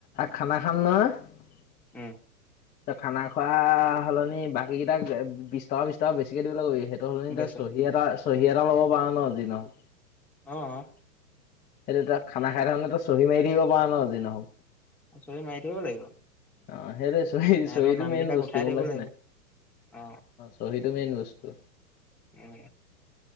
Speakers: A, on the left; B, in the centre.
A: খানা খাম নহয়।
B: উম
A: খানা খোৱা <unintelligible> এই বাকী কেইটাক বিশ টকা, বিশ টকা বেছিকে দিবলে কবি। সেইটো সলনি
B: বেছ
A: তই চহী এটা চহী এটা ল'ব পাৰ ন যি নহওক।
B: আহ।
A: সেইটো খানা খাই থাকোঁতে, তই চহী মাৰি দিব পাৰ ন যি নহওক।
B: চহী মাৰি দিব লাগিব।
A: অ' সেইটোৱে।
B: ইহঁতৰ
A: চহীটো
B: নাম
A: মেইন
B: বিলাক
A: বস্তু,
B: উঠাই
A: গম
B: দিব
A: পাইছেনে?
B: লাগিব অ
A: চহীটো মেইন বস্তু।
B: উম।